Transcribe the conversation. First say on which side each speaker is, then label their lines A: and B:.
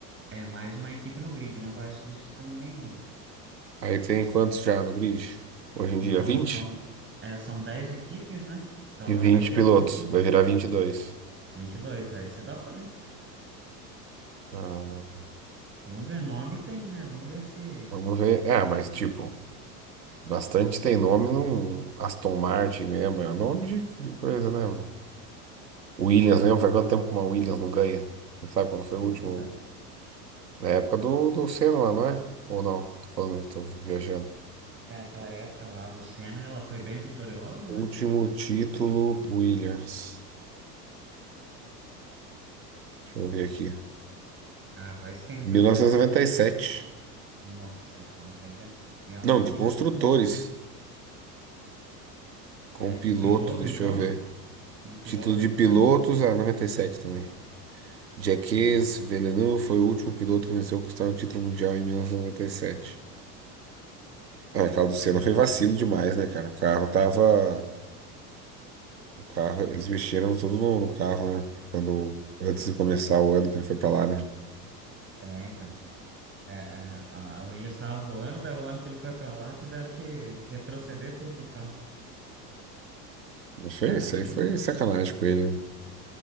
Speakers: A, on the right (about 25°); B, on the right (about 90°).
A: É mais uma equipe no grid, não vai substituir nenhum.
B: Aí tem quantos já no grid? Hoje em dia,
A: Então,
B: vinte
A: são, é, são 10 equipes, né? Então
B: E
A: agora
B: 20
A: vai ter
B: pilotos,
A: onze,
B: vai virar 22.
A: vinte e dois. vai ser da hora, hein?
B: Ah.
A: Vamos ver, nome tem, né? Vamos ver se.
B: Vamos ver. É, mas tipo, bastante tem nome no Aston Martin mesmo. É nome de, de coisa, né, mano? Williams mesmo, faz quanto tempo que uma Williams não ganha? Você sabe quando foi o
A: É,
B: último?
A: então.
B: Na época do, do Senna lá, não é? Ou não? Tô falando que tô viajando.
A: É aquela época lá do Senna, ela foi bem vitoriosa,
B: Último
A: né?
B: título, Williams. Deixa eu ver aqui.
A: Ah, faz tempo,
B: 1997.
A: hein? Nossa Senhora, faz tempo. E é uma
B: Não,
A: equipe
B: de construtores.
A: com-
B: Com
A: é,
B: piloto,
A: de piloto,
B: deixa
A: então.
B: eu ver.
A: De piloto,
B: Título
A: então,
B: de pilotos,
A: é mesmo.
B: ah, 97 também. Jacques
A: É,
B: Villeneuve foi o último piloto que venceu conquistar um título mundial em mil novecentos e e noventa e sete. Ah, aquela do Senna
A: é, então.
B: foi vacilo demais, né, cara? O carro tava. O carro, eles mexeram tudo no, no carro, né? Quando, antes de começar o ano que ele foi pra lá, né?
A: É, então. É, é, a a Williams estava voando, daí o ano que ele foi para lá, tiveram que retroceder tudo do carro.
B: Mas foi
A: Aí
B: isso aí, foi sacanagem com ele, né?